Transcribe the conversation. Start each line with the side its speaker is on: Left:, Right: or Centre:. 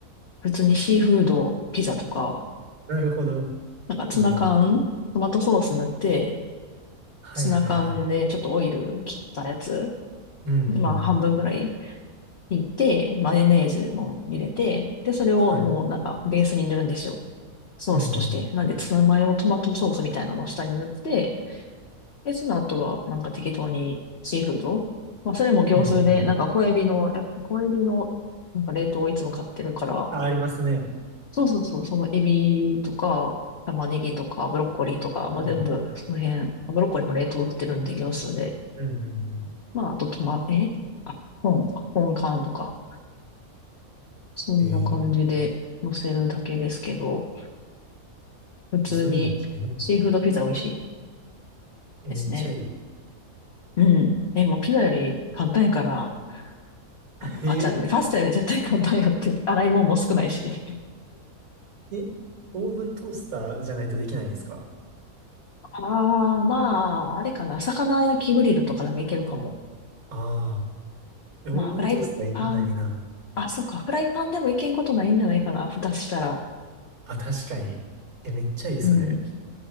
Left: 普通にシーフード、ピザとか、
Right: なるほど。
Left: なんかツナ缶、
Right: いいな。
Left: トマトソース塗って、
Right: はいはいはい。
Left: ツナ缶でちょっとオイル切ったやつ、
Right: うんうんうん。
Left: まあ半分ぐらい引いて、マヨネーズも入れて、で、それをもうなんかベースに塗るんですよ。
Right: はい。
Left: ソースとして。
Right: うんうん。
Left: なんでツナマヨトマトソースみたいなのを下に塗って、で、その後はなんか適当にシーフード。まあそれも業スーで、
Right: うんうんうん。
Left: なんか小エビの、や小エビのなんか冷凍をいつも買ってるから、
Right: あ、ありますね。
Left: そうそうそう、そのエビとか、玉ねぎとか、ブロッコリーとか、まあ全部、
Right: うん。
Left: その辺、ブロッコリーも冷凍売ってるんで、業スーで。
Right: うん、うん、うん。
Left: まあ、あとトマ、えあ、本か、本缶とか、そんな感じで乗せるだけですけど、
Right: ええ
Left: 普通にシーフードピザ美味しい
Right: え、それいいな。え、
Left: ですね。
Right: めっちゃいい。
Left: うん。え、もうピザより簡単やから、あの、
Right: <laughs> え
Left: あ、じゃあ、パスタより絶対簡単やって、<laughs> 洗い物も少ないし。<laughs>
Right: ー、え、オーブントースターじゃないとできないんですか
Left: ああ、まあ、あれかな、魚焼きグリルとかでもいけるかも。
Right: ああー、え、
Left: まあ、
Right: オーブントースターいらないな。
Left: フライパン、あ、そうか、フライパンでもいけんことないんじゃないかな、蓋したら。
Right: あ、確かに。え、めっちゃいい、それ。
Left: うん、